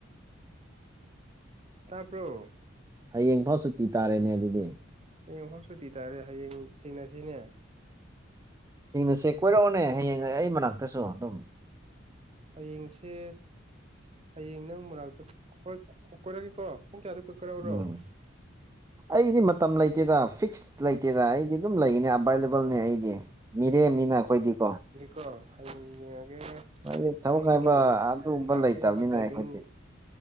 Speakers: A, on the right; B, on the right.
A: ꯇꯕ꯭ꯔꯣ
B: ꯍꯌꯦꯡꯐꯥꯎ ꯁꯨꯇꯤ ꯇꯥꯔꯦꯅꯦ ꯑꯗꯨꯗꯤ
A: ꯍꯌꯦꯡ ꯐꯥꯎ ꯁꯨꯇꯤ ꯇꯥꯔꯦ ꯍꯌꯦꯡ ꯊꯦꯡꯅꯁꯤꯅꯦ
B: ꯍꯤꯡꯅꯁꯦ ꯀꯣꯏꯔꯛꯑꯣꯅꯦ ꯍꯌꯦꯡ ꯑꯩ ꯃꯅꯥꯛꯇꯁꯨ ꯑꯗꯨꯝ
A: ꯍꯌꯦꯡꯁꯦ ꯍꯌꯦꯡ ꯅꯪ ꯃꯅꯥꯛꯇ ꯀꯣꯏ ꯀꯣꯏꯔꯛꯑꯒꯦꯀꯣ ꯄꯨꯡ ꯀꯌꯥꯗ ꯀꯣꯏꯔꯛꯎꯔꯣ
B: ꯎꯝ ꯑꯩꯒꯤꯗꯤ ꯃꯇꯝ ꯂꯩꯇꯦꯗ ꯐꯤꯛꯁ ꯂꯩꯇꯦꯗ ꯑꯩꯗꯤ ꯑꯗꯨꯝ ꯂꯩꯒꯅꯤ ꯑꯕꯥꯏ ꯕꯜꯅꯦ ꯑꯩꯗꯤ ꯃꯤꯔꯦꯝꯅꯤꯅ ꯑꯈꯣꯏꯗꯤꯀꯣ
A: ꯀꯣ ꯍꯌꯦꯡ ꯌꯦꯡꯉꯒꯦ
B: ꯍꯥꯏꯗꯤ ꯊꯕꯛ
A: ꯑꯩꯁꯨ
B: ꯍꯥꯏꯕ ꯑꯗꯨꯒꯨꯝꯕ
A: ꯂꯥꯛꯄ
B: ꯂꯩꯇꯕꯅꯤꯅ
A: ꯌꯥꯕ ꯇꯥꯏꯃꯤꯡ
B: ꯑꯩꯈꯣꯏꯗꯤ